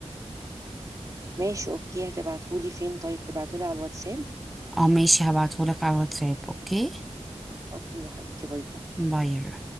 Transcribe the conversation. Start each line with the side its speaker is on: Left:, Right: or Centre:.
Right: ماشي اوكي هتبعتهولي فين طيب تبعتهولي على الواتساب
Centre: اه ماشي هبعتهولك على الواتساب اوكي
Right: اوكي يا حبيبتي باي باي
Centre: باي